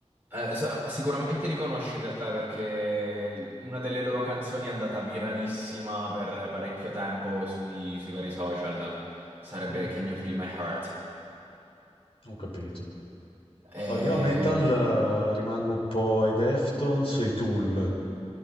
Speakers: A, on the right; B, on the left.
A: Eh, sa- sicuramente li conosci in realtà perché l- una delle loro canzoni è andata viralissima per parecchio tempo sui, sui vari social. Sarebbe
B: mm,
A: Can You Feel My Heart?
B: Ho capito.
A: E,
B: No, io a metal eh, rimango un po' ai Deftones e ai Tool,